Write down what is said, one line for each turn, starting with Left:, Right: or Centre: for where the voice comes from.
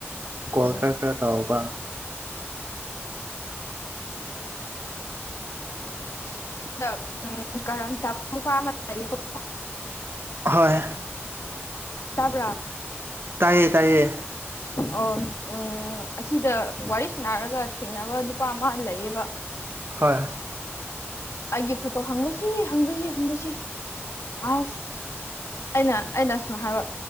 Right: ꯀꯣꯜ
Left: ꯎꯝ
Right: ꯈꯔ ꯈꯔ ꯇꯧꯕ
Left: <inaudible> <inaudible>
Right: ꯍꯣꯏ
Left: ꯇꯥꯕꯔꯥ
Right: ꯇꯥꯏꯌꯦ ꯇꯥꯏꯌꯦ
Left: ꯑꯣ ꯎꯝ ꯑꯁꯤꯗ ꯋꯥꯔꯤ ꯁꯥꯟꯅꯔꯒ ꯊꯦꯡꯅꯕ ꯅꯨꯄꯥ ꯑꯃ ꯂꯩꯌꯦꯕ
Right: ꯍꯣꯏ
Left: ꯑꯩꯒꯤ ꯐꯣꯇꯣ ꯍꯪꯕꯁꯤ ꯍꯪꯕꯁꯤ ꯍꯪꯕꯁꯤ ꯑꯁ ꯑꯩꯅ ꯑꯩꯅ ꯁꯨꯝ ꯍꯥꯏꯕ